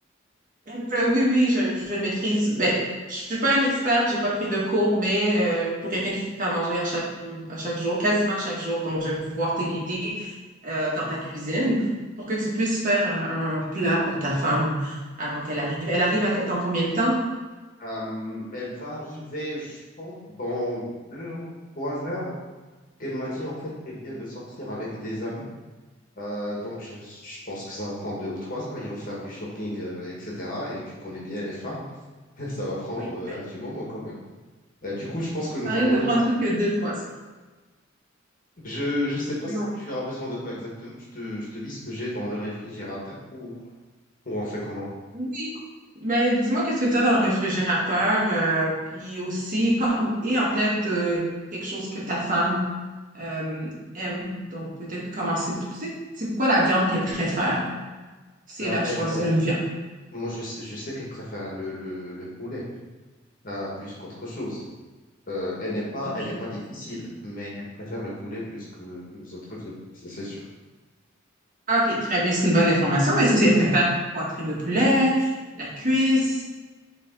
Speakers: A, on the right; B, on the left.
A: Donc, euh, oui, oui, je, je le maîtrise. Ben, je suis pas une experte, j'ai pas pris de cours, mais euh, pour quelqu'un qui fait à manger à chaque, à chaque jour, quasiment à chaque jour, donc je vais pouvoir te guider euh, dans ta cuisine pour que tu puisses faire un, un plat pour ta femme avant qu'elle arrive. Elle arrive à- dans combien de temps?
B: Euh, elle va arriver, je pense, dans deux ou trois heures. Elle m'a dit en fait qu'elle vient de sortir avec des amis. Euh, donc je, je pense que ça va prendre deux ou trois heures. Ils vont faire du shopping, euh, etc. Et tu connais bien les femmes. <laughs> Ça va prendre
A: Oui,
B: euh,
A: ben,
B: un petit moment quand même. Euh, du coup, je pense que nous
A: Ça risque
B: avons
A: de
B: le
A: prendre
B: temps.
A: plus que deux, trois heures.
B: Je je sais pas
A: Oui,
B: si
A: on-
B: tu as besoin de quoi exactement. Je te, je te dis ce que j'ai dans le réfrigérateur. ou, ou on fait comment?
A: oui. Mais dis-moi, qu'est-ce que tu as dans le réfrigérateur? euh, puis aussi, pas- et en tête, euh, quelque chose que ta femme euh, aime. Donc, peut-être commencer. Tu sais, c'est quoi la viande qu'elle préfère? Si
B: Alors
A: elle a
B: elle,
A: choisi
B: elle-
A: une viande.
B: moi je sais, je sais qu'elle préfère le, le, le poulet euh, plus qu'autre chose. Euh, elle n'est pas,
A: Ok.
B: elle n'est pas difficile, mais elle préfère le poulet plus que, que les autres viandes, ça c'est sûr.
A: OK, très bien, c'est une bonne information. Est-ce qu'elle préfère poitrine de poulet, la cuisse?